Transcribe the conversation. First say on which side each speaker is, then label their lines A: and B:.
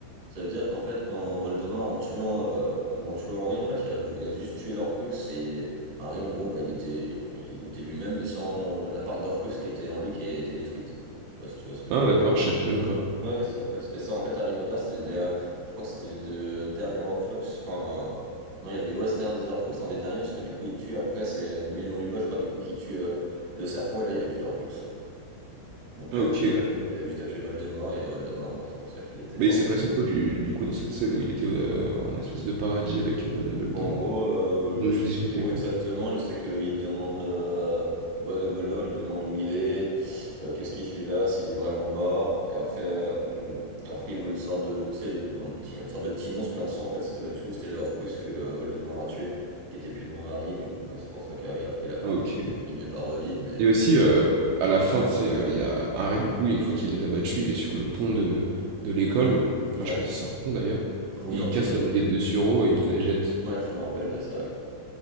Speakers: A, on the right (about 55°); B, on the right (about 80°).
A: Ça veut dire qu'en fait, quand Voldemort, en tuant, euh, en voulant tuer Henri, en fait, il a, il a juste tué l'Orcrux et Harry, en gros, bah, il était, il était lui-même, mais sans la part d'Orcrux qui était en lui qui était détruite. Je sais pas si tu vois ce que
B: Ah,
A: je veux dire.
B: d'accord, je savais même pas.
A: Ouais, oui, si, en fait, c'était ça. En fait, Harry Potter, c'était le dernier, je crois que c'était le de- dernier Horcrux. Enfin, euh, non, il y avait, ouais, c'était un des Horcrux, un des derniers, parce que du coup, il tue. Après, c'est euh, Neville Londubat, je crois, du coup, qui tue euh, le serpent, et là, il y avait plus d'Horcrux. Donc,
B: Ah,
A: Harry
B: ok.
A: Potter, il a juste à tuer Voldemort, et Voldemort, bah, c'est pour ça qu'il était mort.
B: Mais il s'est passé quoi, du, du coup, dans cette scène où il était euh, en espèce de paradis avec euh, Dumbledore,
A: Bon, en gros,
B: là
A: euh,
B: Ils ont
A: je
B: juste
A: sais
B: discuté,
A: plus trop
B: quoi.
A: exactement. Je sais qu'il demande, euh, il voit Dumbledore, il lui demande où il est, euh, qu'est-ce qu'il fait là, s'il est vraiment mort. Et après, euh, après, il voit une sorte de, tu sais, un petit, une sorte de petit monstre plein de sang. En fait, c'était pas du tout, c'était le Horcrux que euh, Voldemort a tué, qui était plus dans Harry. Du coup, quoi, c'est pour ça qu'Harry après, il a pu,
B: OK.
A: entre guillemets, pas revivre, mais
B: Et aussi, heu, à la fin, tu sais, heu, il y a Harry, du coup, une fois qu'il les a battus, il est sur le pont de de l'école.
A: ouais,
B: Enfin, je sais pas si c'est un pont d'ailleurs
A: oui,
B: et
A: en
B: il
A: viaduc.
B: casse la baguette
A: bon.
B: de Suro et il la jette.
A: Ouais, je me rappelle de ça. ouais.